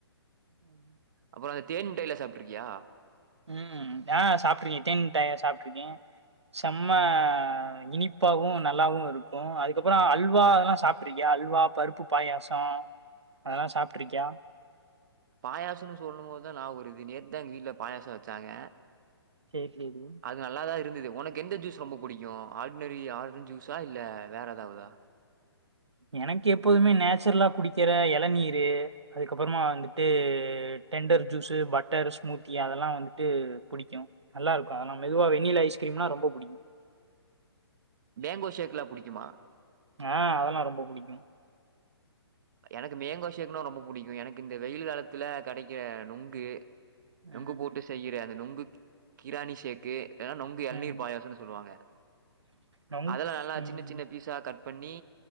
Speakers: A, on the right; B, on the right.
A: <inaudible>
B: அப்புறம் அந்த தேன்மிட்டையலாம் சாப்பிட்டுருக்கியா
A: உம் நஹ் சாப்பிட்டுருக்கேன் தேன் மிட்டாய் எல்லாம் சாப்பிட்டுருக்கேன் செம்ம இனிப்பாவும் நல்லாவும் இருக்கும் அதுக்கப்புறம் அல்வா அதெல்லா சாப்பிட்டருக்கியா அல்வா பருப்பு பாயாசம் அதெல்லா சாப்பிட்ருக்கியா
B: பாயாசம்ன்னு சொல்லும் போதுதா நாவ் உருது நேத்துதா எங்க வீட்டுல பாயாசம் வச்சாங்க
A: சரி, சரி.
B: அது நல்லாதா இருந்தது உனக்கு எந்த ஜூஸ் ரொம்ப புடிக்கும் ஆர்டனரி ஆரஞ் ஜூஸா இல்ல வேற ஏதாவதா
A: எனக்கு எப்போதுமே நேச்சுரலா குடிக்கிற இளநீரு அதுக்கப்புறமா வந்துட்டு டெண்டர் ஜூஸு பட்டர் ஸ்மூத்தி அதெல்லாம் வந்துட்டு புடிக்கும் நல்லா இருக்கும் அதெல்லாம் மெதுவா வெண்ணிலா ஐஸ்கிரீம்ல்லா ரொம்ப பிடிக்கும்
B: மேங்கோ ஷேக் எல்லாம் புடிக்குமா
A: ஆஹ் அதெல்லாம் ரொம்ப பிடிக்கும்
B: எனக்கு மேங்கோ சேகக்குனா ரொம்ப புடிக்குமக்ஷ எனக்கு இந்த வெயில் காலத்துல கெடைக்கிற நொங்கு
A: ம்,
B: நொங்கு போட்டு செய்யுற அந்த நொங்கு கிராணி ஷேக்கு இல்லனா நொங்கு எளநீர்
A: ம்.
B: பாயாசம்ன்னு சொல்லுவாங்க
A: ரொம்
B: அதெல நல்லா
A: ம்.
B: சின்ன சின்ன பீசா கட் பண்ணி